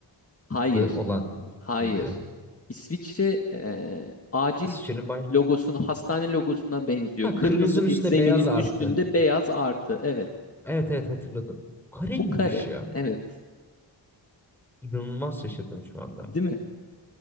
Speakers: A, on the left; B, in the centre.
A: Hayır,
B: olan
A: hayır.
B: mıydı?
A: İsviçre eee, acil
B: Şirin bayrak.
A: logosunu hastane logosuna benziyor.
B: Ha
A: Kırmızı
B: kırmızının üstüne
A: bir zeminin
B: beyaz artı.
A: üstünde beyaz artı. Evet.
B: Evet evet hatırladım. Kare
A: Bu
B: miymiş
A: kare.
B: ya?
A: Evet.
B: İnanılmaz şaşırdım şu anda.
A: Değil mi?